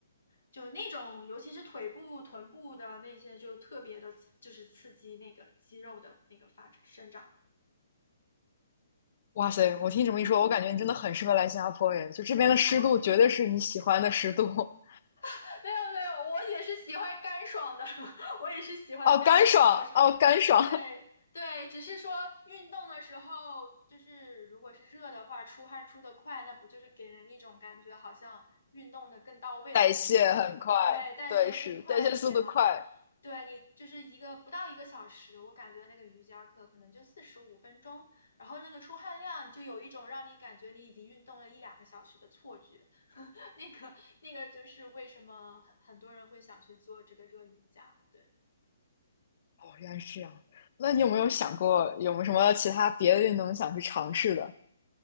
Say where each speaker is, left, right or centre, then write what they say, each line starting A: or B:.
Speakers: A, on the left; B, on the left.
A: 就那种，尤其是腿部、臀部的那些，就特别的，就是刺激那个肌肉的那个发展生长。
B: 哇塞，我听你这么一说，我感觉你真的很适合来新加坡耶！
A: 嗯，
B: 就这边的湿度绝对是你喜欢的湿度。
A: 好啊
B: <laughs>
A: <laughs> 没有没有，我也是喜欢干爽的，<laughs> 我也是喜欢干干爽爽。
B: 哦，干爽，哦，干爽。
A: 对对，只是说运动的时候，就是如果是热的话，出汗出的快，那不就是给人一种感觉好像运动的更到位的感觉吗？
B: 代谢很快，
A: 对，代谢更快一点嘛。
B: 对，是代谢速度快。
A: 对你就是一个不到一个小时，我感觉那个瑜伽课可能就四十五分钟，然后那个出汗量就有一种让你感觉你已经运动了一两个小时的错觉。<laughs> 那个那个就是为什么很很多人会想去做这个热瑜伽。对，
B: 哦，原来是这样。那你有没有想过，有没有什么其他别的运动想去尝试的？